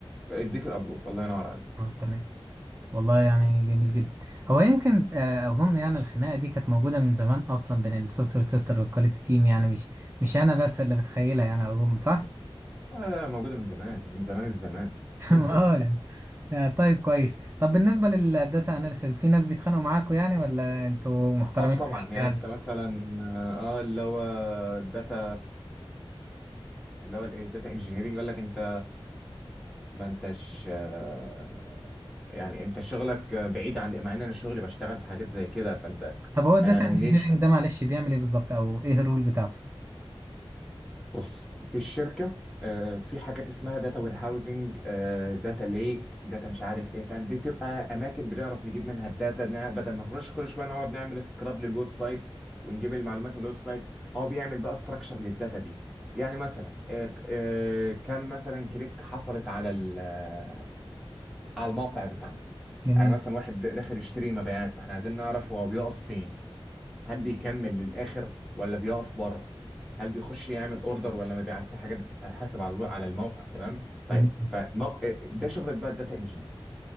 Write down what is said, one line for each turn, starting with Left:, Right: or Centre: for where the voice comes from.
Centre: اديك الابروف الله ينور عليك
Right: اه تمام والله يعني جميل جدا هو يمكن آه، اظن يعني الخناقه دي كانت موجوده من زمان اصلا بين السوفت وير تيستر والكواليتي تيم يعني مش مش انا بس اللي بتخيلها يعني اظن صح
Centre: آه لا لا موجوده من زمان من زمان الزمان
Right: <laughs>
Centre: <laughs>
Right: اه يعني آه، طيب كويس طب بالنسبه للداتا اناليسيس في ناس بيتخانقوا معاكوا يعني ولا انتوا محترمين
Centre: اه طبعا
Right: في حالكم
Centre: يعني
Right: يعني
Centre: انت مثلا اه آه، اللي هو الداتا اللي هو الايه الداتا انجينيرنج يقول لك انت ما انتش آه، يعني انت شغلك بعيد عن مع ان انا شغلي بشتغل في حاجات زي كده فانت
Right: طب هو الداتا
Centre: انا انا منين
Right: انجينيرنج ده معلش بيعمل ايه بالظبط او ايه الرول بتاعته
Centre: بص في الشركه آه، في حاجات اسمها داتا وير هاوزنج داتا ليك داتا مش عارف ايه فاهم دي تبقى اماكن بنعرف نجيب منها الداتا نا- بدل ما نرش كل شويه نقعد نعمل سكراب للويب سايت ونجيب المعلومات من الويب سايت هو بيعمل بقى ستراكشر للداتا دي يعني مثلا آه، آه، كم مثلا كليك حصلت على ال- آه، على الموقع بتاعنا
Right: جميل
Centre: يعني مثلا واحد داخل يشتري مبيعات فاحنا عايزين نعرف هو بيقف فين هل بيكمل للاخر ولا بيقف بره هل بيخش يعمل اوردر ولا ما بيعرف الحاجات دي بتتحاسب على الو- على الموقع تمام طيب
Right: جميل
Centre: فمو... ده شغله بقى الداتا انجينير